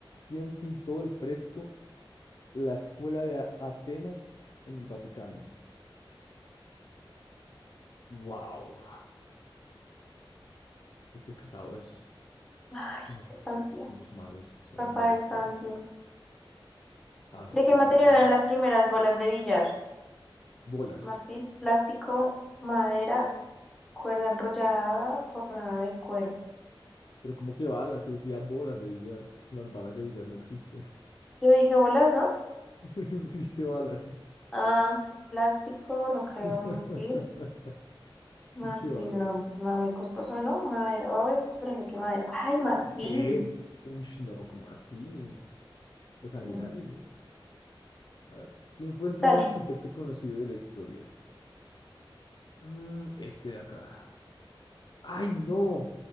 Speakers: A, on the left; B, in the centre.
A: ¿quién pintó el fresco La Escuela de A- Atenas en el Vaticano? ¡Wow! Yo creo que esa es
B: Ay,
A: No,
B: Sancio,
A: somos malos, somos
B: Rafael
A: malísimos.
B: Sancio.
A: A ver,
B: ¿De qué
A: dirijadas.
B: material eran las primeras bolas de billar?
A: Bolas.
B: Marfil, plástico, madera, cuerda enrollada, forrada de cuero.
A: Pero como que balas? Se decía bolas de billar. Las balas de billar no existen.
B: Yo dije bolas, ¿no?
A: <laughs> No existe balas.
B: Ah, plástico, no creo, marfil.
A: <laughs>
B: Marfil,
A: ¿Qué balas?
B: no, pues me va muy costoso, ¿no? Madera, a ver, espérale, ¿qué madera? Ay, marfil,
A: ¿Qué? Uy, no, ¿cómo así? Los
B: sí.
A: sanguinarios, ¿no? A ver, ¿quién fue el primer
B: Dale,
A: arquitecto conocido de la historia? Mm, este de acá. ¡Ay, no!